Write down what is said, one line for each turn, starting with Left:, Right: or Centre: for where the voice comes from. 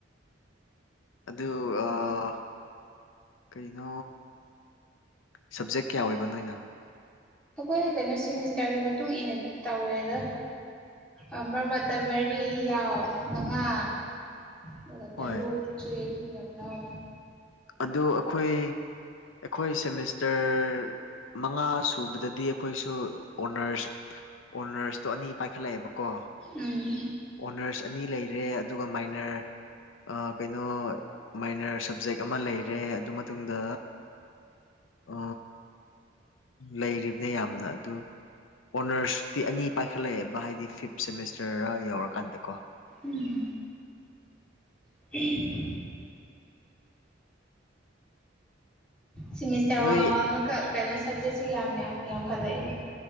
Left: ꯑꯗꯨ ꯑꯥ ꯀꯩꯅꯣ ꯁꯞꯖꯦꯛ ꯀ꯭ꯌꯥ ꯑꯣꯏꯕ ꯅꯣꯏꯅ
Centre: ꯑꯈꯣꯏ ꯀꯩꯅꯣ ꯁꯦꯃꯤꯁꯇꯔꯒꯤ ꯃꯇꯨꯡ ꯏꯟꯅ ꯇꯧꯋꯦꯗ ꯑ ꯃ꯭ꯔ ꯃ꯭ꯔꯛꯇ ꯃꯔꯤ ꯌꯥꯎ ꯃꯉꯥ ꯑꯗꯨꯒ ꯇꯔꯨꯛꯁꯨ
Left: ꯍꯣꯏ
Centre: ꯑꯗꯨꯝ ꯌꯥꯝ ꯌꯥꯎꯋꯦ꯫
Left: ꯑꯗꯨ ꯑꯈꯣꯏ ꯑꯩꯈꯣꯏ ꯁꯦꯃꯤꯁꯇꯔ ꯃꯉꯥ ꯁꯨꯕꯗꯗꯤ ꯑꯈꯣꯏꯁꯨ ꯑꯣꯅꯔꯁ ꯑꯣꯅꯔꯁꯇꯣ ꯑꯅꯤ ꯄꯥꯏꯈꯠꯂꯛꯑꯦꯕ꯫ ꯑꯣ
Centre: ꯎꯝ
Left: ꯑꯣꯅꯔꯁ ꯑꯅꯤ ꯂꯩꯔꯦ꯫ ꯑꯗꯨꯒ ꯃꯥꯏꯅꯔ ꯑ ꯀꯩꯅꯣ ꯃꯥꯏꯅꯔ ꯁꯕꯖꯦꯛ ꯑꯃ ꯂꯩꯔꯦ ꯑꯗꯨ ꯃꯇꯨꯡꯗ ꯑ ꯂꯩꯔꯤꯕꯅꯦ ꯌꯥꯝꯅ ꯑꯗꯨ ꯑꯣꯅꯔꯁꯇꯤ ꯑꯅꯤ ꯄꯥꯏꯈꯠꯂꯛꯑꯦꯕ ꯍꯥꯏꯗꯤ ꯐꯤꯞ ꯁꯦꯃꯤꯁꯇꯔ ꯌꯧꯔꯀꯥꯟꯗ ꯀꯣ꯫
Centre: ꯎꯝ <unintelligible> ꯁꯤꯃꯤꯁꯇꯔ
Left: ꯅꯣꯏ
Centre: ꯋꯥꯡ ꯋꯥꯡꯉꯒ ꯀꯩꯅꯣ ꯁꯞꯖꯦꯛꯁꯨ ꯌꯥꯝ ꯌꯥꯝ ꯌꯥꯝꯈꯠꯂꯛꯏ꯫